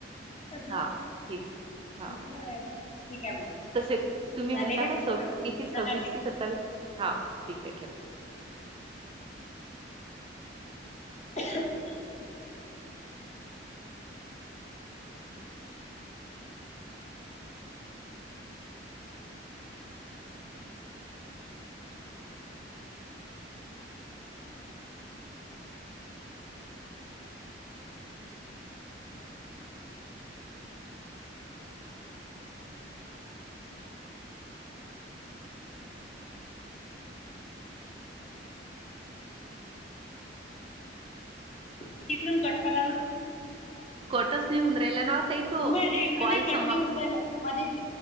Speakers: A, on the left; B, on the right.
A: अजून
B: हा ठीक.
A: तिच्यावर
B: हा
A: आहे आता ठीक आहे मग
B: तसे तुम्ही
A: झाले
B: म्हणता ना
A: का
B: स किती सव्वीस कि सत्तावीस हा ठीक आहे ठेव.
A: <unintelligible> तिकडून कट करा ना.
B: कटच नाही होऊन राहिला ना ताई. तो
A: मध्ये इकडून
B: कॉल
A: नाही पटणीऊ
B: समाप्त
A: राहिला मध्ये इकड.